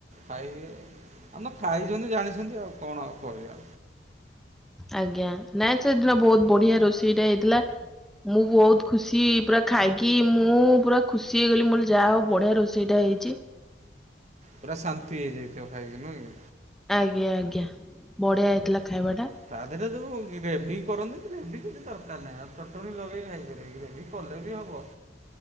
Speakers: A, on the right; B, in the centre.
A: ଖାଇବେ ଆମ ଖାଇଛନ୍ତି ଜାଣିଛନ୍ତି ଆଉ କଣ ଆଉ କରିବା।
B: ଆଜ୍ଞା ନାଇଁ ସେଦିନ ବହୁତ ବଢିଆ ରୋଷେଇଟା ହେଇଥିଲା। ମୁଁ ବହୁତ ଖୁସି ପୁରା ଖାଇକି ମୁଁ ପୁରା ଖୁସି ହେଇଗଲି ମୋ ଯାହା ହଉ ବଢିଆ ରୋଷେଇଟା ହେ ହେଇ
A: ପୁରା ଶାନ୍ତି ହେଇଯାଇଥିବ ଖାଇକି ନୁଁହେ କି?
B: ଆଜ୍ଞା ଆଜ୍ଞା ବଢିଆ ହେଇଥିଲା ଖାଇବା ଟା।
A: ତା ଦେହରେ ଯୋଉ ଗ୍ରେଭି କରନ୍ତି ଗ୍ରେଭି କିଛି ଦରକାର ନାହିଁ ଆଉ ଚଟଣିୀ ଲଗେଇ ଖାଇପାରିବେ ଗ୍ରେଭି କଲେ ବି ହବ।